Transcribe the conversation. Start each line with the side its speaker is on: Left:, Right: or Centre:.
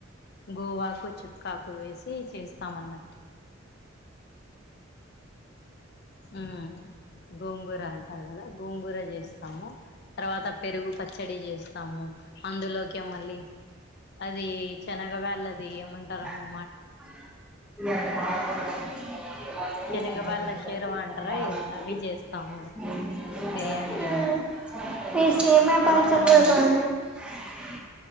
Left: గోవాకు చుక్కాకు వేసి చేస్తామన్నట్టు ఉమ్ గోంగూర అంటారు గదా గోంగూర జేస్తాము తర్వాత పెరుగు పచ్చడి జేస్తాము. అందులోకే మల్లీ అది చెనగా వేళ్ళది ఏమంటారో మే
Centre: ఛీ అట్లా బాధ పడకూడదు. ఏమంటారు
Left: శనగ
Centre: అంత
Left: వాళ్ళ షేర్వా
Centre: పెద్ద
Left: అంటారా
Centre: ఆస్తి
Left: ఏది అవి
Centre: ఏం
Left: చేస్తాము
Centre: జేసినారో అంటారు
Left: బిర్యానీలోకి
Centre: ఆ నీ సేమ్య పాయసం
Left: తర్వాత మన
Centre: గూడ బానే